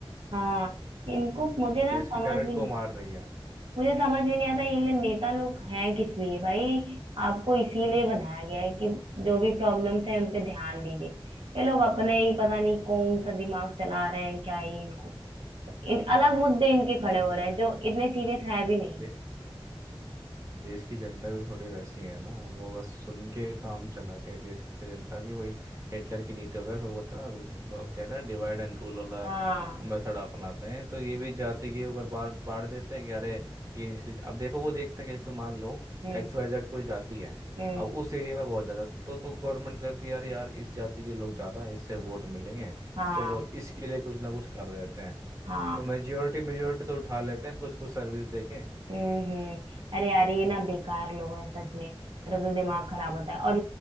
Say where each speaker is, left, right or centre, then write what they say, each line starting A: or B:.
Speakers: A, on the right; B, on the right.
A: हाँ इनको मुझे ना
B: देश
A: समझ
B: के टैलेंट
A: भी
B: को
A: नहीं
B: मार रही है
A: मुझे समझ में नहीं आता ये ले- नेता लोग हैं किस लिए भाई आपको इसीलिए बनाया गया है कि जो भी प्रॉब्लम्स हैं उन पे ध्यान दीजिए ये लोग अपना ही पता नहीं कौन सा दिमाग चला रहे हैं क्या ही इनको इन अलग मुद्दे इनके
B: पता
A: खड़े हो
B: क्या
A: रहे
B: है
A: हैं जो इतने सीरियस है भी नहीं
B: दे, देश की जनता भी थोड़ी वैसी है ना वो बस सुन के काम चलाते हैं देश की जनता भी वही हिटलर की नीतियों पे फिर वो था ना वो कह रहा है डिवाइड एंड रूल वाला
A: हाँ
B: मेथड अपनाते हैं तो ये भी जाति के ऊपर बांट बांट देते हैं कि अरे ये निचली अब देखो वो देखते हैं कि जैसे मान लो
A: हम्म
B: एक्स वाई जेड कोई जाति है
A: हम्म
B: अब उस एरिया में बहुत ज़्यादा तो तो गवर्नमेंट करती है यार यार इस जाति के लोग ज़्यादा हैं इससे वोट मिलेंगे
A: हाँ
B: चलो इसके लिए कुछ ना कुछ कर देते हैं
A: हाँ
B: तो मेजोरिटी मेजोरिटी तो उठा लेते हैं कुछ कुछ सर्विस देके
A: हम्म हम्म अरे यार ये ना बेकार लोग हैं सच में मेरा तो दिमाग खराब होता है और